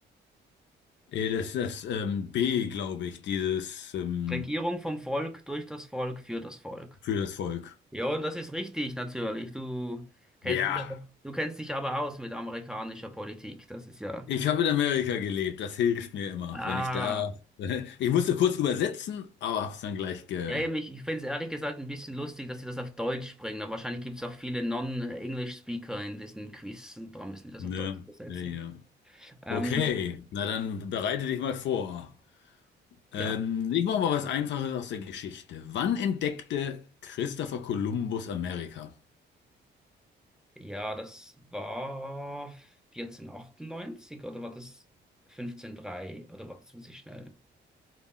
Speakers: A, on the left; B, in the centre.
A: Äh, Das ist das ähm, B, glaube ich, dieses ähm,
B: Regierung vom Volk, durch das Volk, für das Volk.
A: für das Volk.
B: Ja, und das ist richtig, natürlich. Du kennst
A: Ja,
B: dich aber, du kennst dich aber aus mit amerikanischer Politik. Das ist ja.
A: ich habe in Amerika gelebt, das hilft mir immer,
B: Ah.
A: wenn ich da. <laughs> Ich musste kurz übersetzen, aber habe es dann gleich ge.
B: Ja, eben, ich, ich finde es ehrlich gesagt ein bisschen lustig, dass sie das auf Deutsch bringen, aber wahrscheinlich gibt es auch viele Non-English-Speaker in diesen Quiz und darum müssen die das
A: Ja,
B: auf Deutsch übersetzen.
A: ja.
B: Ähm,
A: Okay, na dann bereite dich mal vor. Ähm,
B: ja.
A: ich mache mal was Einfaches aus der Geschichte. Wann entdeckte Christopher Columbus Amerika?
B: Ja, das war 1498 oder war das 1503 oder war das muss ich schnell.